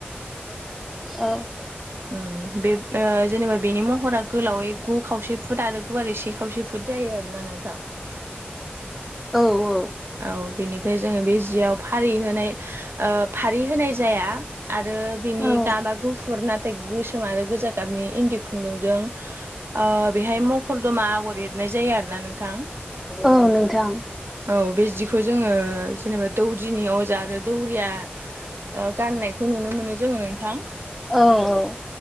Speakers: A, in the centre; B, on the right (about 75°).
A: <unintelligible> ओ
B: <inaudible> ओ बे ओ जेनेबा बेनि महरा गोलावै गु खावसे फुदा आरो गुवारै से खावसे फुट जायो आरोना नोंथां
A: औ औ
B: औ बिनि ओमफ्राय जोङो बे जियाव फारि होनाय ओ फारि होनाय जाया आरो बिनि
A: औ
B: गाब बा गुुफुर नाथाय गोसोम आरो गोजा गाबनि इन्दि खुन्दुंजों ओ बेहाय <unintelligible> <unintelligible> आगर एरनाय जायो आरो ना नोंथां
A: औ नोंथां
B: औ बे जिखौ जोङो जेनेबा दौदिनि अजा आरो दौरिया ओ गाननायखौ नुनो मोनो जोङो नोंथां।
A: औ औ